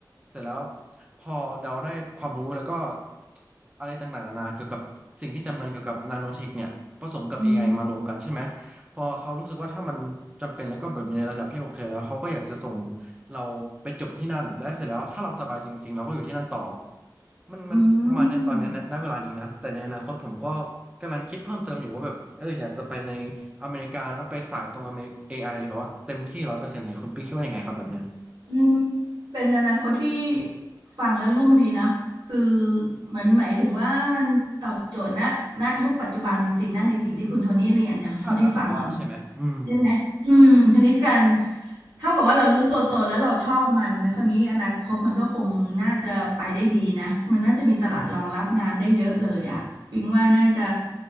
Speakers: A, on the right; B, on the right.
A: เสร็จแล้วพอเราได้ความรู้แล้วก็อะไรต่างๆนานาเกี่ยวกับสิ่งที่จำเป็นเกี่ยวกับนาโนเทคเนี่ยผสมกับ
B: ๆอืม
A: AI มารวมกันใช่ไหมพอเขารู้สึกว่าถ้ามันจำเป็นแล้วก็แบบอยู่ในระดับที่โอเคแล้วเขาก็อยากจะส่งเราไปจบที่นั่นและเสร็จแล้วถ้าเราสบายจริงๆเราก็อยู่ที่นั่นต่อมันมันประมาณเนี้ยตอนเนี้ยณณเวลานี้นะแต่ในอนาคตผมก็
B: อืม
A: กำลังคิดเพิ่มเติมอยู่ว่าแบบเอออยากจะไปในอเมริกานะไปสายตรงอเมริกเอไอเลยแบบว่าเต็มที่ร้อยเปอร์เซ็นต์เลยคุณปิ๊กคิดว่ายังไงครับแบบเนี้ย
B: อืมเป็นอนาคตที่ฟังแล้วรุ่งดีเนาะคือเหมือนหมายถึงว่ามันตอบโจทย์ณณยุคปัจจุบันจริงๆนะในสิ่งที่คุณโทนี่เรียนเนาะเท่าที่ฟังแล้ว
A: ค่อนข้างนะผมว่าใช่ไหมอืม
B: ใช่ไหมอืมคราวนี้การเท่ากับว่าเรารู้ตัวตนแล้วเราชอบมันนะคราวนี้อนาคตมันก็คงน่าจะไปได้ดีนะ มันน่าจะมีตลาดรองรับงานได้เยอะเลยอะปิงว่าน่าจะ